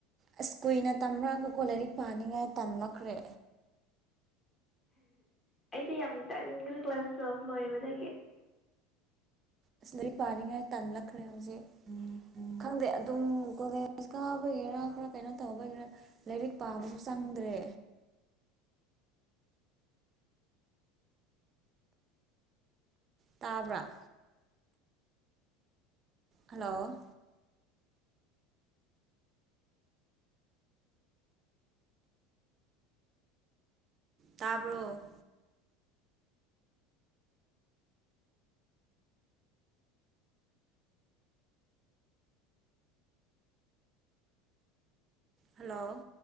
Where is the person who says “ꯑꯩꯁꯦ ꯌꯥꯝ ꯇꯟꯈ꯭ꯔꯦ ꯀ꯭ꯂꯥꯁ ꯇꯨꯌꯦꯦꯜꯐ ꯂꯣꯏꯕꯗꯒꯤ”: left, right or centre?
Left